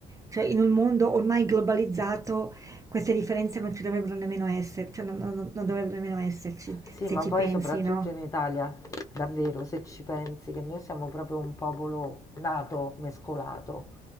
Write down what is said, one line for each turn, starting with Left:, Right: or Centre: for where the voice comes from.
Right: cioè, in un mondo ormai globalizzato queste differenze non ci dovrebbero nemmeno essere, cioè non non- non dovrebbero nemmeno esserci,
Left: Sì,
Right: se
Left: ma
Right: ci
Left: poi
Right: pensi,
Left: soprattutto
Right: no?
Left: in Italia, davvero, se ci pensi, che noi siamo proprio un popolo nato, mescolato,